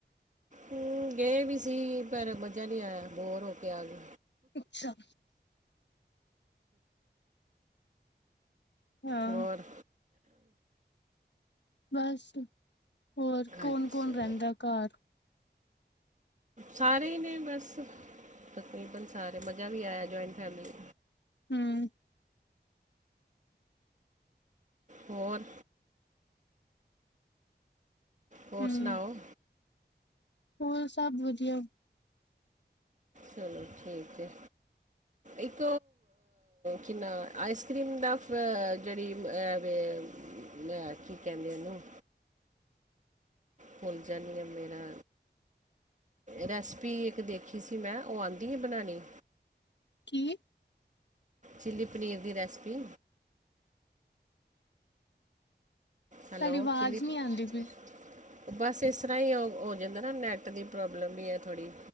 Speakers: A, on the right; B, on the left.
A: ਹਮ, ਗਏ ਵੀ ਸੀ, ਪਰ ਮਜਾ ਨਹੀਂ ਆਇਆ ਬੋਰ ਹੋ ਕੇ ਆ ਗਏ।
B: ਅੱਛਾ। ਹਾਂ।
A: ਹੋਰ?
B: ਬਸ, ਹੋਰ ਕੌਣ-
A: ਅੱਛਾ
B: ਕੌਣ ਰਹਿੰਦਾ ਘਰ?
A: ਸਾਰੇ ਹੀ ਨੇ ਬਸ, ਤਕਰੀਬਨ ਸਾਰੇ, ਮਜ਼ਾ ਵੀ ਆਇਆ ਜੁਆਇੰਟ ਫੈਮਿਲੀ
B: ਹਮਮ।
A: ਹੋਰ? ਹੋਰ,
B: ਹੂੰ
A: ਸੁਣਾਓ?
B: ਹੋਰ, ਸਭ ਵਧੀਆ।
A: ਚਲੋ, ਠੀਕ ਹੈ। ਇੱਕ, ਕੀ ਨਾ ਆਈਸ ਕ੍ਰੀਮ ਦਾ ਫ, ਜਿਹੜੀ ਅ ਵੇ ਲੈ, ਕੀ ਕਹਿੰਦੇ ਉਹਨੂੰ? ਭੁੱਲ, ਜਾਨੀਂ ਆ ਮੈਂ ਨਾ। ਰੈਸਪੀ, ਇੱਕ ਦੇਖੀ ਸੀ ਮੈਂ, ਉਹ ਆਉਂਦੀ ਹੈ ਬਣਾਣੀ?
B: ਕੀ?
A: ਚਿੱਲੀ, ਪਨੀਰ ਦੀ ਰੈਸਿਪੀ?
B: ਤੁਹਾਡੀ
A: ਹੈਲੋ,
B: ਆਵਾਜ਼
A: ਚਿੱਲੀ
B: ਨੀ ਆਂਦੀ ਪਈ।
A: <inaudible> ਬਸ ਇਸ ਤਰ੍ਹਾਂ, ਹੀ ਉਹ ਹੋ ਜਾਂਦਾ ਨਾ, ਨੈੱਟ ਦੀ ਪ੍ਰੋਬਲਮ ਵੀ ਹੈ, ਥੋੜ੍ਹੀ